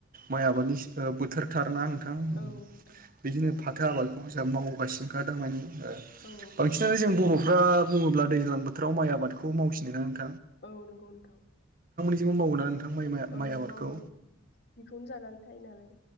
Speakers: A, on the right; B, on the left.
A: माइ आबादनि बोथोरथारना? नोंथां उम
B: औ नोंथां
A: बिदिनो फाथो आबादखौ जों मावगासिनोखा दामानि। बांसिनानो
B: औ
A: जों बर'फ्रा बुङोब्ला दैज्लां बोथोराव माइ आबादखौ मावसिनो।
B: औ नंगौ नोंथां।
A: बिदिबो मावनानै नोंथां
B: ओं
A: माइ आबादखौ
B: मावो बेखौनो जानानै थायो नालाय